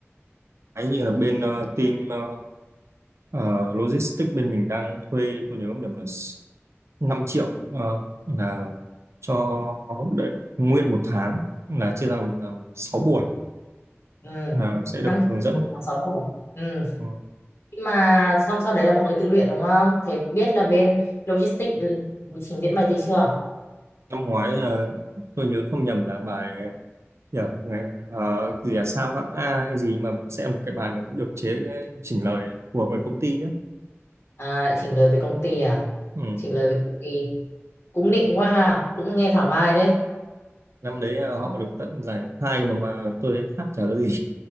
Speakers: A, on the right; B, on the left.
A: ấy như là bên ờ, team ờ, ờ, logistics bên mình đang thuê tôi nhớ không nhầm là năm triệu ờ, là cho đấy, nguyên một tháng là chia làm làm 6 buổi
B: Ừ,
A: là sẽ được
B: 5 triệu
A: hướng dẫn
B: một tháng 6 triệu. Ừ,
A: Ờ,
B: nhưng mà xong sau đấy là mọi người tự luyện đúng không? Thế biết là bên logistics bị trình diễn bài tí chưa?
A: năm ngoái ờ, tôi nhớ không nhầm là bài yeah, ngày ờ, gì là sao hát a hay gì mà sẽ một cái bài mà được chế chỉnh lời của bởi công ty ấy.
B: À lại chỉnh lời về công ty à?
A: Ừ.
B: Chỉnh lời về công ty. Cũng nịnh quá ha, cũng nghe thảo mai đấy.
A: Năm đấy ờ, họ được tận giải hai mà mà tôi thấy hát chả ra gì